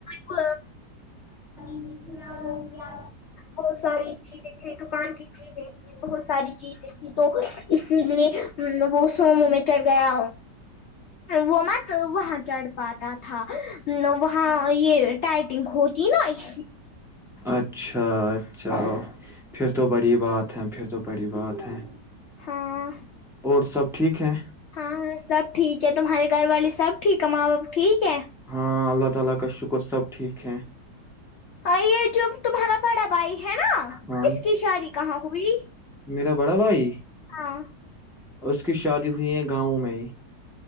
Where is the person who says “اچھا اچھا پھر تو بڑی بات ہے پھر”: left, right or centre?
Centre